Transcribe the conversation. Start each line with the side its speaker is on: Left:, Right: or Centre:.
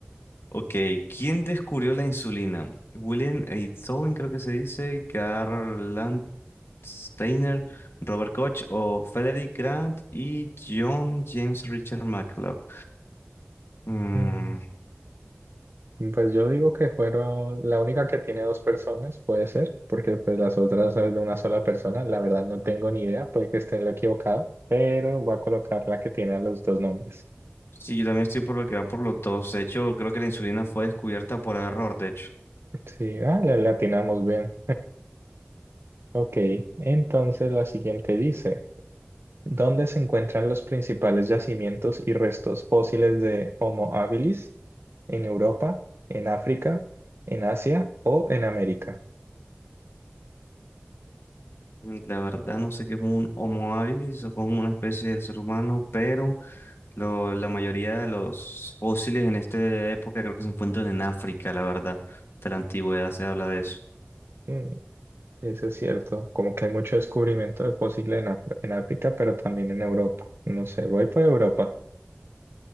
Left: Ok, ¿quién descubrió la insulina? William Einthoven, creo que se dice, Karl Land- Steiner, Robert Koch o Frederick Grant y John James Richard McClock. Mm,
Right: Mm, Pues yo digo que fueron, la única que tiene dos personas, puede ser, porque pues las otras es de una sola persona, la verdad no tengo ni idea, puede que esté en lo equivocado, pero voy a colocar la que tiene a los dos nombres.
Left: sí, yo también estoy por lo que va por los dos. De hecho, creo que la insulina fue descubierta por error, de hecho.
Right: Sí, ah, le le atinamos bien. Ok, entonces la siguiente dice, ¿dónde se encuentran los principales yacimientos y restos fósiles de Homo habilis? ¿En Europa, en África, en Asia o en América?
Left: Mm, La verdad no sé qué es un Homo habilis, supongo una especie del ser humano, pero Lo- la mayoría de los fósiles en esta época creo que se encuentran en África, la verdad. De la antigüedad se habla de eso.
Right: Mm, eso es cierto, como que hay mucho descubrimiento de fósiles en, Af- en África, pero también en Europa. No sé, voy por Europa.